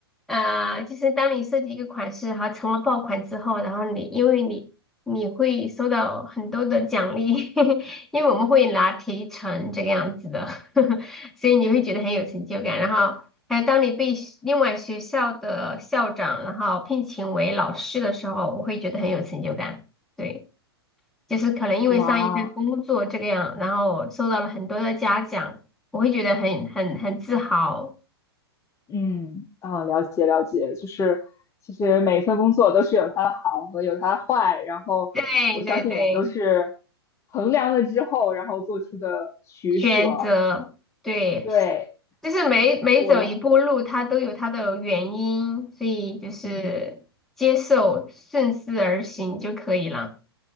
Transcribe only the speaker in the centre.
呃，就是当你设计一个款式，然后成了爆款之后，然后你因为你你会收到很多的奖励，<laughs> 因为我们会拿提成这个样子的，<laughs> 所以你会觉得很有成就感。然后还有当你被学另外学校的校长然后聘请为老师的时候，我会觉得很有成就感。对，就是可能因为上一份工作这个样，
然后受到了很多的嘉奖，我会觉得很很很自豪。
对对对，
选择，对，
就是每每走一步路，
它都有它的原因，所以就是接受，
顺势而行就可以了，